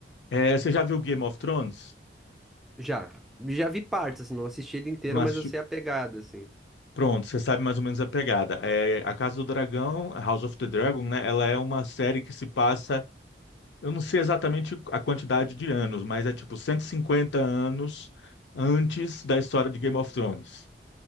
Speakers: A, on the left; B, in the centre.
A: É, você já viu Game of Thrones?
B: Já. Já vi partes, assim, não assisti ele inteiro,
A: Não
B: mas
A: assistiu?
B: eu sei a pegada, assim.
A: Pronto, você sabe mais ou menos a pegada. É, A Casa do Dragão, House of the Dragon, né? Ela é uma série que se passa, eu não sei exatamente a quantidade de anos, mas é tipo 150 anos antes da história de Game of Thrones.